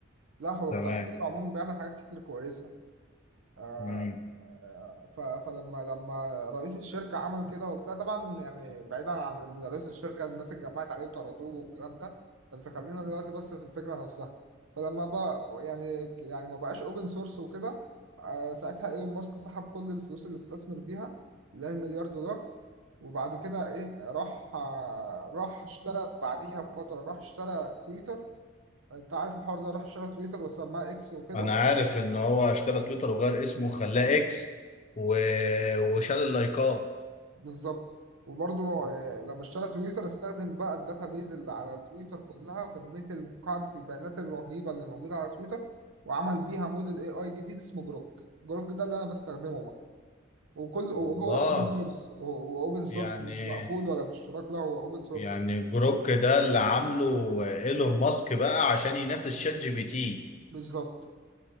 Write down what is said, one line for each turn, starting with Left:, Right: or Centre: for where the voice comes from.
Right: لا هو
Left: تمام
Right: بتاع كتير عموما بيعمل حاجات كتير كويسة آه،
Left: مم.
Right: آه، ف- فلما لما رئيس الشركة عمل كده وبتاع طبعا يعني بعيدا عن إن رئيس الشركة الناس اتجمعت عليه وطردوه والكلام ده بس خلينا دلوقتي بس في الفكرة نفسها فلما بقى يعني يعني ما بقاش اوبن سورس وكده آه، ساعتها ايلون ماسك سحب كل الفلوس اللي استثمر بيها اللي هي المليار دولار وبعد كده ايه راح آه، راح اشترى بعديها بفترة راح اشترى تويتر انت عارف الحوار ده راح اشترى تويتر وسماها اكس وكده
Left: انا عارف ان هو اشترى تويتر وغير اسمه وخلاه اكس و... وشال اللايكات
Right: بالظبط وبرضه آه، لما اشترى تويتر استخدم بقى الداتا بيز اللي على تويتر كلها وكمية ال- قاعدة البيانات الرهيبة اللي موجودة على تويتر وعمل بيها موديل اي اي جديد اسمه جروك جروك ده اللي انا بستخدمه بقى وكل وهو
Left: والله
Right: اوبن سورس واوبن سورس
Left: يعني
Right: مش مقفول ولا باشتراك لا هو اوبن سورس
Left: يعني جروك ده اللي عامله ايلون ماسك بقى عشان ينافس شات جي بي تي
Right: بالظبط